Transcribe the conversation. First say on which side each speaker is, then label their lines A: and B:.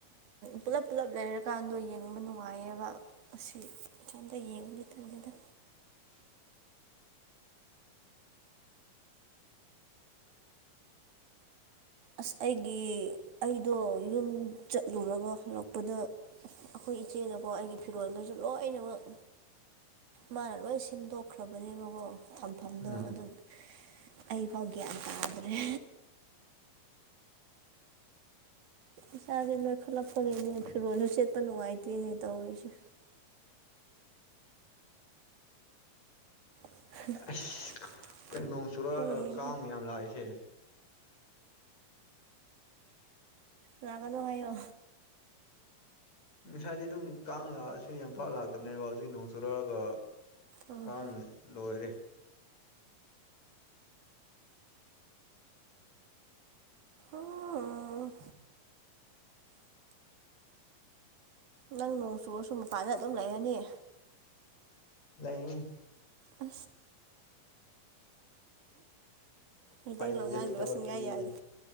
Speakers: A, on the right; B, on the left.
A: ꯄꯨꯂꯞ ꯄꯨꯂꯞ ꯂꯩꯔꯀꯥꯟꯗꯣ ꯌꯦꯡꯕ ꯅꯨꯡꯉꯥꯏꯌꯦꯕ ꯑꯁꯤ ꯆꯗ ꯌꯦꯡꯉꯅꯦꯦ ꯇꯦꯗ
B: <inaudible>
A: ꯑꯁ ꯑꯩꯒꯤ ꯑꯩꯗꯣ ꯌꯨꯝ ꯆꯠꯂꯨꯔꯒ ꯍꯂꯛꯄꯗ ꯑꯩꯈꯣꯏ ꯏꯆꯦꯅꯀꯣ ꯑꯩꯒꯤ ꯐꯤꯔꯣꯟꯜꯈꯩꯁꯨ ꯂꯣꯏꯅꯃꯛ꯫ ꯃꯥꯅ ꯂꯣꯏ ꯁꯦꯝꯗꯣꯛꯈ꯭ꯔꯕꯅꯦꯕꯀꯣ꯫ ꯐꯝꯐꯝꯗꯣ
B: ꯎꯝ
A: ꯑꯗꯨ ꯑꯩꯐꯥꯎ ꯒ꯭ꯌꯥꯟ ꯇꯥꯗ꯭ꯔꯦ ꯏꯁꯥꯁꯦ ꯅꯣꯏ ꯈꯠꯂꯛꯄꯒꯤꯅꯦ ꯐꯤꯔꯣꯜꯁꯨ ꯁꯦꯠꯄ ꯅꯨꯡꯉꯥꯏꯇꯔꯤꯅꯦ ꯇꯧꯔꯤꯁꯦ <inaudible>
B: ꯑꯁ ꯀꯩꯅꯣ ꯅꯣꯡ ꯆꯨꯔꯛꯑꯒ
A: ꯍꯩꯍꯥ
B: ꯀꯥꯡꯕ ꯌꯥꯝ ꯂꯥꯛꯏꯁꯦ
A: ꯂꯕꯗꯣ ꯍꯥꯏꯥꯏꯌꯣ
B: ꯉꯁꯥꯏꯗꯤ ꯑꯗꯨꯝ ꯀꯥꯡ ꯂꯥꯛꯑꯁꯨ ꯌꯥꯝꯄꯥꯛꯥꯛ ꯂꯥꯛꯇꯕꯅꯦꯕ ꯍꯧꯖꯤꯛ ꯅꯣꯡ ꯆꯨꯔꯛꯑꯒ
A: ꯎꯝ
B: ꯀꯉ ꯂꯣꯏꯔꯦ
A: ꯑꯣ ꯅꯪ ꯅꯣꯡ ꯆꯨꯨꯔꯁꯨ ꯃꯄꯥꯥꯟꯅ ꯑꯗꯨꯝ ꯂꯩꯔꯅꯤ
B: ꯂꯩꯅꯤ
A: ꯑ
B: ꯎꯄꯥꯏ
A: ꯃꯦꯇ
B: ꯂꯩꯖꯗꯦꯗꯣ
A: ꯂꯅꯤꯗ ꯋꯥꯁꯨꯡꯒ
B: ꯑꯩꯈꯣꯏꯗꯤ
A: ꯌꯥꯗ